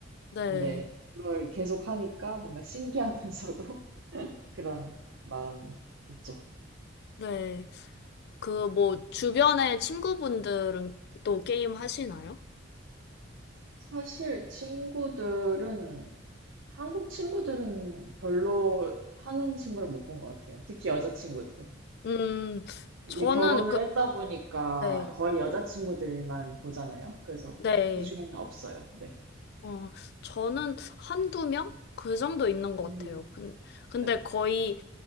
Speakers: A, on the left; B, on the right.
A: 네.
B: 근데 그걸 계속 하니까 뭔가 신기하면서도 <laughs> 그런 마음이 있죠.
A: 네. 그, 뭐, 주변의 친구분들은 또 게임 하시나요?
B: 사실 친구들은 한국 친구들은 별로 하는 친구를 못 본 것 같아요. 특히 여자 친구들은.
A: 음,
B: 이제
A: 저는,
B: 결혼을
A: 그,
B: 했다 보니까
A: 네.
B: 거의 여자 친구들만 보잖아요. 그래서
A: 네.
B: 그중에는 없어요. 네.
A: 어, 저는 한두 명? 그 정도 있는 것
B: 음.
A: 같아요. 근, 근데
B: 네,
A: 거의,